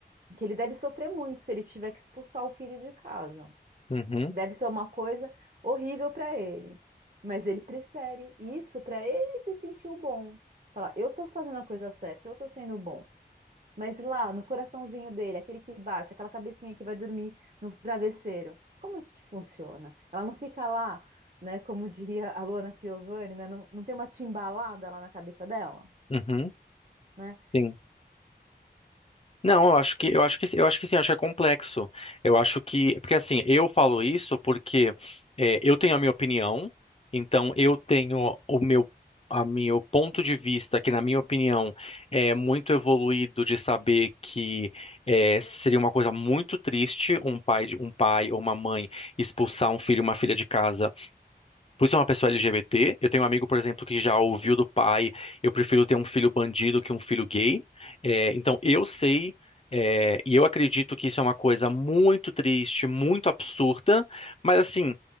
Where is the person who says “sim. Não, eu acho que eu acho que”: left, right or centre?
Left